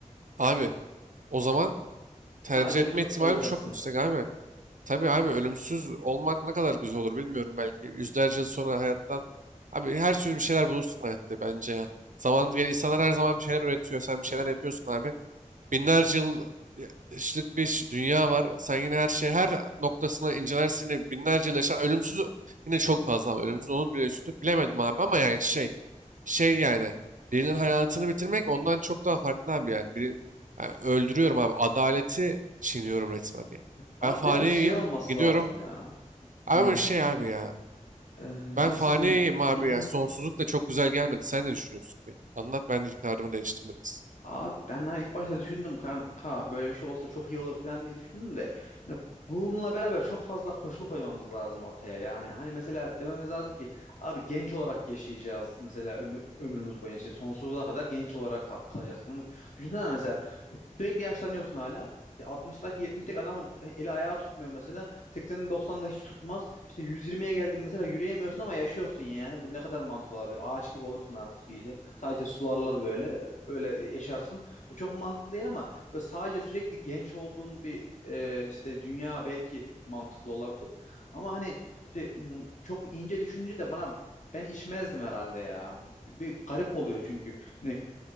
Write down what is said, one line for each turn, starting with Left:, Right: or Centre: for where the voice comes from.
Right: abi o zaman tercih
Left: Sadece
Right: etme
Left: ölümsüz
Right: ihtimalim
Left: olacaksın.
Right: çok yüksek abi. Tabii abi ölümsüz olmak ne kadar güzel olur bilmiyorum belki. Yüzlerce yıl sonra hayattan. Abi her türlü bir şeyler bulursun hayatta bence ya. Zaman gel insanlar her zaman bir şeyler üretiyor. Sen bir şeyler yapıyorsun abi. Binlerce yıllık bir dünya var. Sen yine her şeyi her noktasına incelersin. Yine binlerce yıl yaşayan ölümsüz yine çok fazla ama ölümsüz onun bile üstü. Bilemedim abi ama yani şey şey yani birinin hayatını bitirmek ondan çok daha farklı abi yani. Biri, yani öldürüyorum abi. Adaleti çiğniyorum resmen yani.
Left: Abi
Right: Ben faniyim
Left: biraz şey olması
Right: gidiyorum.
Left: lazım ya.
Right: Ama
Left: Ee,
Right: şey abi ya.
Left: e,
Right: Ben
Left: nasıl
Right: faniyim
Left: denir?
Right: abi
Left: Hı hı.
Right: ya. Sonsuzluk da çok güzel gelmedi. Sen ne düşünüyorsun bir? Anlat ben de kararımı değiştim biraz.
Left: Abi ben hani ilk başta düşündüm kanka böyle bir şey olsa çok iyi olur falan diye düşündüm de yani bununla beraber çok fazla koşul koymamız lazım ortaya yani hani mesela dememiz lazım ki abi genç olarak yaşayacağız mesela ömrü, ömrümüz boyunca işte sonsuza kadar genç olarak kal- kalacaksın. Hani düşünsene mesela e, sürekli yaşlanıyorsun hala işte 60'daki 70'deki adamın e, eli ayağı tutmuyor mesela 80'de 90'da hiç tutmaz işte 120'ye geldin mesela yürüyemiyorsun ama yaşıyorsun yani bu ne kadar mantıklı olabilir ağaç gibi olursun artık iyice sadece sularlar böyle öyle yaşarsın. O çok mantıklı değil ama böyle sadece sürekli genç olduğun bir e, işte dünya belki mantıklı olabilir. Ama hani şey, m- çok ince düşününce de bana ben içmezdim herhalde ya. Bir garip oluyor çünkü. Hani